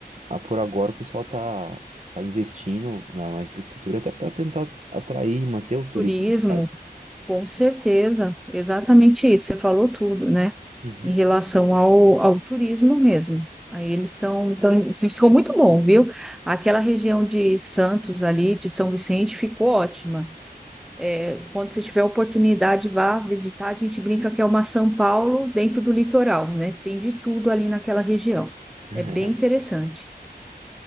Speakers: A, on the right; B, in the centre.
A: ah, por agora o pessoal tá, tá investindo na, na infraestrutura até para tentar atrair e manter o turismo
B: Turismo,
A: da cidade.
B: Com certeza, exatamente isso, você falou tudo, né?
A: Uhum.
B: Em relação ao, ao turismo mesmo. Aí eles estão, tão- ficou muito bom, viu? Aquela região de Santos ali, de São Vicente, ficou ótima. É, quando você tiver oportunidade, vá visitar. A gente brinca que é uma São Paulo dentro do litoral, né? Tem de tudo ali naquela região.
A: <laughs>
B: É bem interessante.